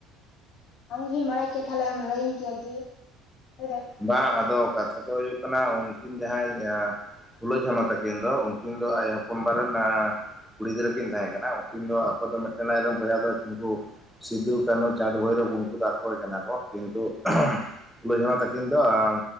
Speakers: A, on the left; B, in the centre.
A: ᱟᱢ ᱡᱩᱫᱤᱢ ᱵᱟᱰᱟᱭ ᱠᱮᱭᱟ ᱛᱟᱦᱮᱞᱮᱢ ᱞᱟᱹᱭ ᱭᱟᱹᱧ ᱠᱮᱭᱟ ᱡᱮ, ᱞᱟᱹᱭ ᱫᱟᱲᱮ
B: ᱵᱟᱝᱼᱟ, ᱟᱫᱚ ᱠᱟᱛᱷᱟ ᱫᱚ ᱦᱩᱭᱩᱜ ᱠᱟᱱᱟ ᱩᱸᱠᱤᱱ ᱡᱟᱦᱟᱸᱭ ᱭᱟᱸ ᱯᱷᱩᱞᱳ ᱡᱷᱟᱱᱚ ᱛᱟᱹᱠᱤᱱ ᱫᱚ ᱩᱸᱠᱤᱱ ᱫᱚ ᱟᱡ ᱦᱚᱯᱚᱱᱼᱵᱟ ᱨᱮᱱ, ᱟᱸ ᱠᱩᱲᱤ ᱜᱤᱫᱽᱨᱟᱹ ᱠᱤᱱ ᱛᱟᱦᱮᱸ ᱠᱟᱱᱟ, ᱩᱸᱠᱤᱱ ᱫᱚ ᱟᱠᱚ ᱫᱚ ᱢᱤᱫᱴᱮᱱ ᱟᱡ ᱨᱮᱱ ᱵᱚᱭᱦᱟ ᱫᱚ ᱪᱩᱱᱜᱩ ᱥᱤᱫᱩ, ᱠᱟᱹᱱᱦᱩ, ᱪᱟᱸᱫᱽ, ᱵᱷᱳᱭᱨᱳᱵᱽ ᱩᱱᱠᱩ ᱫᱚ ᱟᱠᱚ ᱜᱮ ᱠᱟᱱᱟ ᱠᱚ ᱠᱤᱱᱛᱩ <unintelligible> ᱯᱷᱩᱞᱚ ᱡᱷᱟᱱᱚ ᱛᱟᱠ ᱠᱤᱱ ᱫᱚ ᱟᱸ